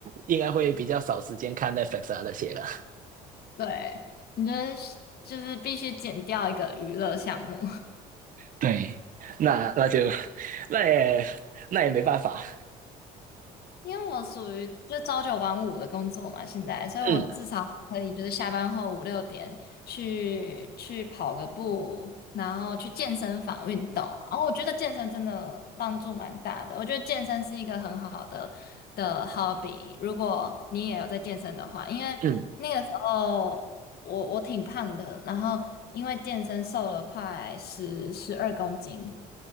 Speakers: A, on the right; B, on the left.
A: 应该会比较少时间看 Netflix 啊那些了。
B: <laughs> 对，你就得就是必须减掉一个娱乐项目。
A: 对 <laughs>，那那就 <laughs> 那也那也没办法。
B: 因为我属于就朝九晚五的工作嘛，现在，所以我至少可以就是下班后五六点去去跑个步，
A: 嗯
B: 然后去健身房运动。然后我觉得健身真的帮助蛮大的，我觉得健身是一个很好的的 hobby。如果你也有在健身的话，因为那个时候我我挺胖的，
A: 嗯，
B: 然后因为健身瘦了快十十二公斤，